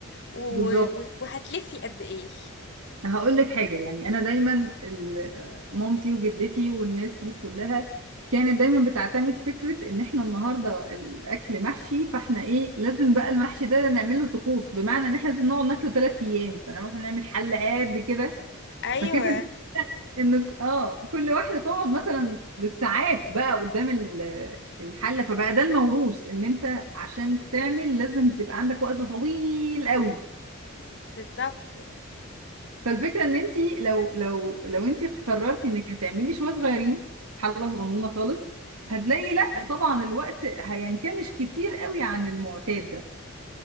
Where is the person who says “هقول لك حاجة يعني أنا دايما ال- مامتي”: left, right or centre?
Right